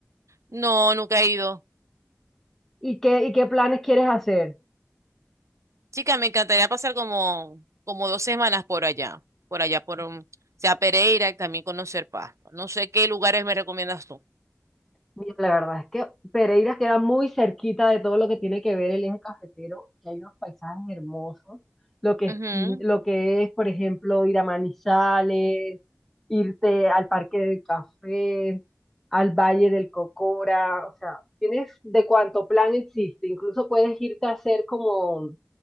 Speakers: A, on the right; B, in the centre.
A: No, nunca he ido.
B: ¿Y qué, y qué planes quieres hacer?
A: Chica, me encantaría pasar como, como dos semanas por allá, por allá, por, um, o sea, Pereira y también conocer Pasto. No sé qué lugares me recomiendas tú.
B: Mira, la verdad es que Pereira queda muy cerquita de todo lo que tiene que ver el eje cafetero, que hay unos paisajes hermosos, lo que es,
A: Ujú,
B: Quin- lo que es, por ejemplo, ir a Manizales, irte al Parque del Café, al Valle del Cocora, o sea, tienes de cuánto plan existe, incluso puedes irte a hacer como,